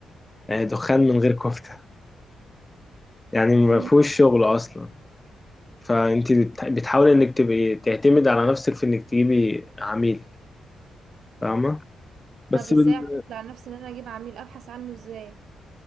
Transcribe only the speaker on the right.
مم،
طب ازاي
اعتمد على نفسي ان انا اجيب عميل ابحث عنه ازاي